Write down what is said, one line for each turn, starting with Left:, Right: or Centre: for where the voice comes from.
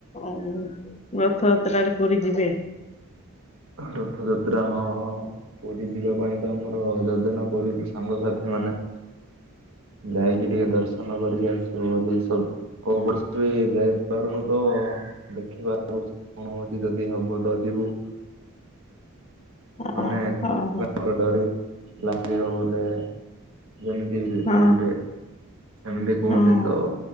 Left: ଆଉ ରଥଯାତ୍ରରେ ପୁରୀ ଯିବେ?
Right: ରଥଯାତ୍ରା ହଁ ହଁ ହଁ ପୁରୀ ଯିବା ପାଇଁ ତ ଆମର ଯୋଜନା କରିଛି ସାଙ୍ଗସାଥିମାନେ। ଯାଇକି ଟିକେ ଦର୍ଶନ କରିକି ଆସିବୁ ବୋଲି ସବୁ କୋଉ ବର୍ଷ ଯାଇପାରୁନୁ ତ ଦେଖିବା କଣ ଅଛି ଯଦି ହବ ତ ଯିବୁ।
Left: ଅ
Right: ମାନେ
Left: ହଁ ହଁ
Right: <unintelligible> ଡରି ଲାଗିବହୁତ୍। ଲେ ଯେମିତି
Left: ହଁ
Right: ଯିବେ ସେମିତି କୁହନ୍ତି
Left: ହଁ
Right: ତ।